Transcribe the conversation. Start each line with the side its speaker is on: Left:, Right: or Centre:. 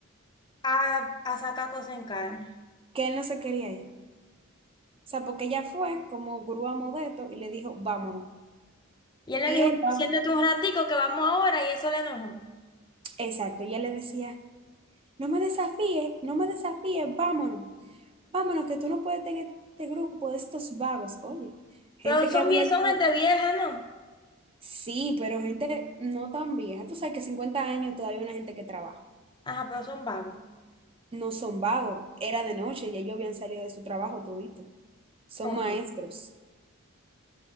Left: a, a sacar cosas en cara?
Right: que él no se quería ir. O sea, porque ella fue como grúa modesto y le dijo, vámonos.
Left: Y él le
Right: Y
Left: dijo,
Right: él,
Left: "Como,
Right: va-
Left: siéntate un ratico que vamos ahora y eso le enojó.
Right: exacto, ella le decía, No me desafíes, no me desafíes, vámonos. Vámonos, que tú no puedes tener este grupo de estos vagos. Oye, gente
Left: Pero son,
Right: que había
Left: vie- son
Right: llegado.
Left: gente vieja, ¿no?
Right: Sí, pero gente no tan vieja. Tú sabes que 50 años todavía hay una gente que trabaja.
Left: Ajá, pero son vagos.
Right: No son vagos, era de noche, ya ellos habían salido de su trabajo todito. Son
Left: Ok.
Right: maestros.